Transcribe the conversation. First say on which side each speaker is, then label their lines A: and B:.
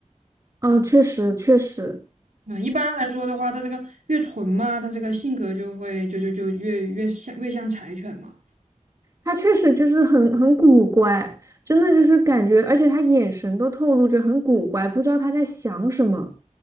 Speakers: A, on the right; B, on the right.
A: 哦，确实确实。
B: 嗯，一般来说的话，它这个越纯嘛，它这个性格就会就就就越越像越像柴犬嘛。
A: 他确实就是很很古怪，真的就是感觉，而且他眼神都透露着很古怪，不知道他在想什么。